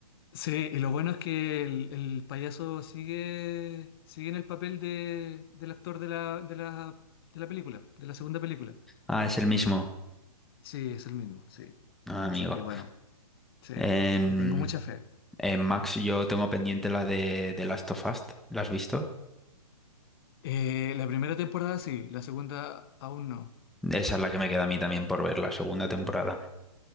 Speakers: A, on the left (about 40°); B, in the centre.
A: Sí, y lo bueno es que el, el payaso sigue, sigue en el papel de, del actor de la, de la, de la película, de la segunda película.
B: Ah, es el mismo.
A: Sí, es el mismo, sí.
B: Ah, amigo.
A: Así que bueno, sí,
B: En,
A: le tengo mucha fe.
B: en Max yo tengo pendiente la de, de Last of Us. ¿La has visto?
A: Eh, la primera temporada sí, la segunda aún no.
B: Esa es la que me queda a mí también por ver, la segunda temporada.